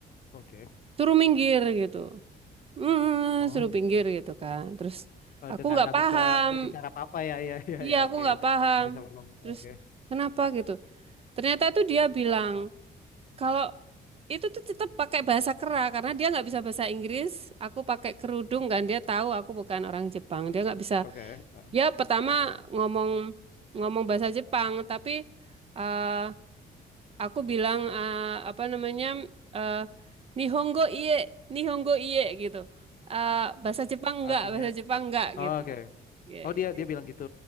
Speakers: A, on the left (about 55°); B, on the right (about 35°).
A: Oke.
B: suruh minggir gitu. mm,
A: Oh,
B: suruh pinggir gitu kan. Terus
A: eh,
B: aku
A: dengan
B: nggak
A: nggak
B: paham.
A: bisa berbicara apa-apa ya, ya, ya,
B: Iya,
A: ya,
B: aku
A: oke,
B: nggak paham.
A: nggak bisa berkomunikasi,
B: Terus
A: oke,
B: kenapa gitu? Ternyata tuh dia bilang kalau itu tuh tetap pakai bahasa kera karena dia nggak bisa bahasa Inggris. Aku pakai kerudung kan dia tahu aku bukan orang Jepang. Dia nggak bisa.
A: oke, Eh,
B: Ya pertama ngomong ngomong bahasa Jepang tapi eh, Aku bilang eh, apa namanya eh, Nihongo iye, Nihongo iye gitu. Eh, bahasa Jepang enggak,
A: artinya,
B: bahasa Jepang enggak
A: oh,
B: gitu.
A: oke,
B: Ya,
A: oh dia
B: ya,
A: dia
B: ya.
A: bilang gitu,